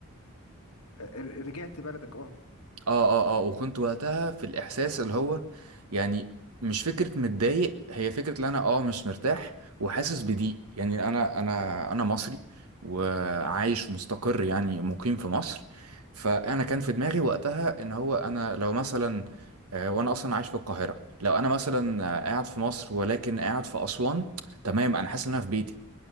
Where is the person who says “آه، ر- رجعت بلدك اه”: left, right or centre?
Left